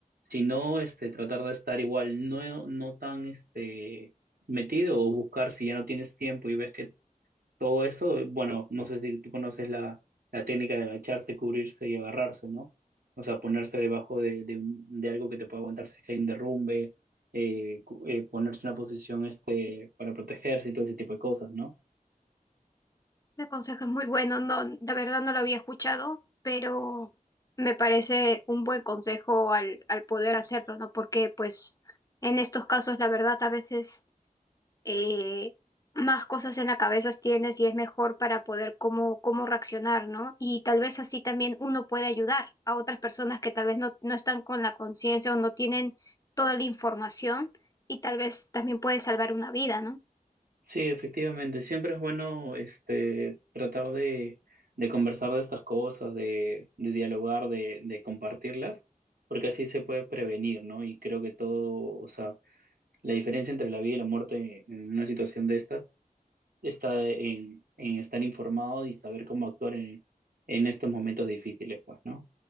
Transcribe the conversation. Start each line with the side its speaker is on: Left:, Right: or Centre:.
Right: Si no, este, tratar de estar igual, no, no tan, este, metido o buscar si ya no tienes tiempo y ves que todo eso, bueno, no sé si tú conoces la, la técnica de agacharse, cubrirse y agarrarse, ¿no? O sea, ponerse debajo de, de, un- de algo que te pueda aguantar si es que hay un derrumbe, eh, cu- eh, ponerse en una posición este, para protegerse y todo ese tipo de cosas, ¿no?
Left: El consejo es muy bueno, no, de verdad no lo había escuchado, pero me parece un buen consejo al, al poder hacerlo, ¿no? Porque pues en estos casos la verdad a veces eh, más cosas en la cabeza tienes y es mejor para poder cómo, cómo reaccionar, ¿no? Y tal vez así también uno puede ayudar a otras personas que tal vez no, no están con la conciencia o no tienen toda la información y tal vez también puede salvar una vida, ¿no?
Right: Sí, efectivamente, siempre es bueno este, tratar de, de conversar de estas cosas, de, de dialogar, de, de compartirlas, porque así se puede prevenir, ¿no? Y creo que todo, o sea, la diferencia entre la vida y la muerte en una situación de estas está en, en estar informado y saber cómo actuar en, en estos momentos difíciles, pues, ¿no?